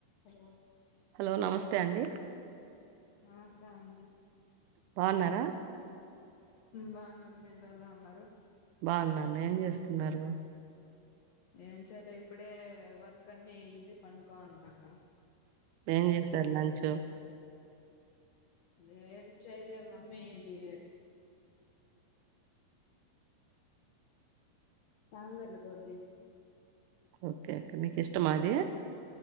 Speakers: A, on the left; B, on the right.
A: Hello
B: hello నమస్తే అండి
A: నమస్తే అండి
B: బన్నారా
A: బాగున్నారు మీరు ఎలా ఉన్నారు
B: బాగున్నాన్న ఏం చేస్తున్నారు
A: ఏం చలే ఇప్పుడే వర్క్ అన్ని ఇది పనుకోన్నాను
B: ఏం చేసారు లంచ్
A: ఏ చెై మమ్మీది సాంగర్లలకు దేశం
B: ఓకే ఓకే మీకు ఇష్టమాది